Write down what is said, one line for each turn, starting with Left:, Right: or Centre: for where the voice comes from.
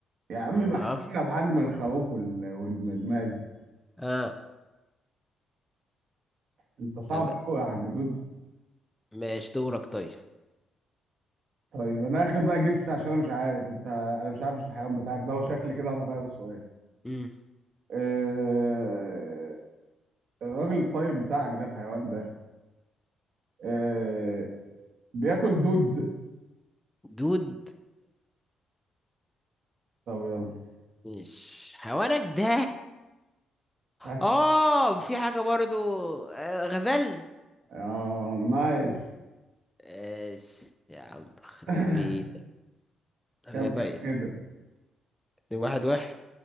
Right: يا عم
Centre: ما
Right: ما احنا
Centre: أصل
Right: في حجم الخروف وال- والماز
Centre: اه
Right: انت صعب
Centre: طب
Right: قوي يا حاج دود
Centre: ماشي دورك طيب
Right: طيب انا اخر بقى جس عشان انا مش عارف انت انا مش عارف الحيوان بتاعك ده وشكل كده هنغير السؤال
Centre: مم.
Right: آه، الراجل الطيب بتاعك ده الحيوان ده آه، بياكل دود
Centre: دود
Right: طب يلا
Centre: مش حوالك ده
Right: اه
Centre: اه في حاجة برضو آه، غزل
Right: آه، نايس
Centre: ايش يا عم خرب
Right: <laughs>
Centre: بيتك انا
Right: كم كم
Centre: باين
Right: كده
Centre: واحد واحد